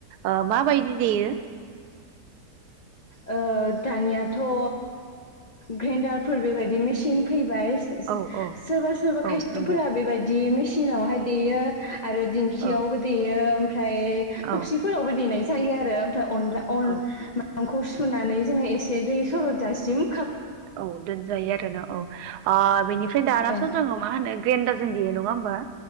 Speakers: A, on the right; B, on the left.
A: ओ माबायदि देयो?
B: ओ दानियाथ' ओ ग्रेन्डारफोर बेबायदि मेसिन फै <unintelligible>
A: औ औ
B: सोरबा सोरबा खायसेफोरा
A: औ नंगौ
B: बेबायदि मेस सिनावहाय देयो। आरो दिंखियावबो
A: औ
B: देयो। ओमफाय
A: औ
B: थबसिफोरावबो देनाय थायो आरो फाय अनला‌ अन
A: औ
B: नामखौ सुनानै जोङो एसे दै सरद जासिम
A: औ दोनजायो आरो ना औ आ बिनि ओमफ्राय दानाथ'
B: औ
A: जोङो मा होनो ग्रेन्दार जों देयो नङा होमबा